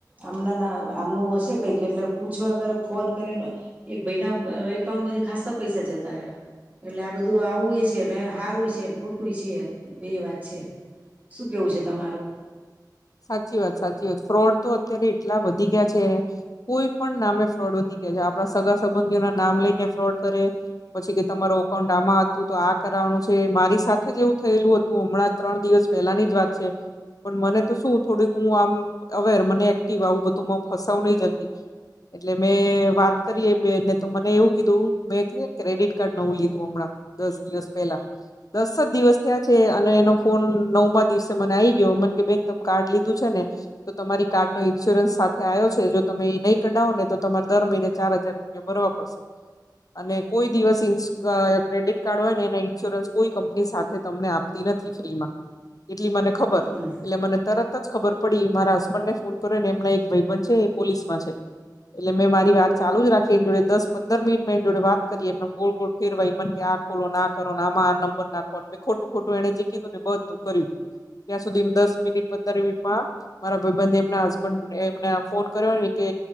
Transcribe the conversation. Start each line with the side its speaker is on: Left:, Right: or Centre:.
Right: આમના આમનું હશે કઈક એટલે પૂછવા કરે ફોન કરીને એક ભાઈ ના એકાઉન્ટ માંથી ખાસા પૈસા જતા રહ્યા. એટલે આ બધું આવું એ છે ને હારું છે ને ખોટું છે બે વાત છે. શું કેવું છે તમારું
Left: સાચી વાત સાચી વાત ફ્રોડ તો અત્યારે એટલા વધી ગયા છે કોઈ પણ નામે ફ્રોડ વધી ગયા આપણા સગા સંબંધીઓના નામ લઈને ફ્રોડ કરે. પછી કે તમારો અકાઉન્ટ આમાં હતું તો આ કરવાનું છે મારી સાથે એવું થયેલું હતું હમણાં જ ત્રણ દિવસ પહેલાની જ વાત છે પણ મને તો શું થોડીક હું આમ અવેર મને એક્ટિવ આવું બધું ફસાવું નહી જલ્દી એટલે મેં વાત કરીએ બેને તો મને એવું કીધું મેં કીધે ને ક્રેડિટ કાર્ડ નવું લીધું હમણાં. દસ દિવસ પહેલા દસ જ દિવસ ત્યાં છે અને એનો નવ દિવસે આ આવી ગયો મને કે બેન કાર્ડ લીધું છે ને તો તમારી કાર્ડ નો ઇન્સ્યોરન્સ સાથે આવ્યો છે જો તમે એ નહીં કઢાવો ને તો તમારે દર મહિને ચાર હજાર રૂપિયા ભરવા પડશે. અને કોઈ દિવસ ઇન્સ ક્રેડિટ કાર્ડ હોય ને એના ઇન્સ્યોરન્સ કોઈ કંપની સાથે તમને આપ નથી ફ્રીમાં એટલી મને ખબર
Right: હમ
Left: એટલે મને તરત જ ખબર પડી મારા હસબન્ડ ને ફોન કર્યો ને એમના એક ભાઈબંધ છે એ પોલીસમાં છે. એટલે મે મારી વાત ચાલુ જ રાખી એની જોડે દસ પંદર મિનિટ મેં એની જોડે વાત કરી એમ ને ગોળ ગોળ. ફેર વાઈ મને કે આ ખોલો ના કરો આમાં આ નંબર નાખો ખોટું ખોટું એને જે કીધું ને એ બધું કર્યું ત્યાં સુધી દસ મિનિટ પંદર મિનિટમાં મારા ભાઈબંધ એમના હસબન્ડને એમને ફોન કર્યોને કે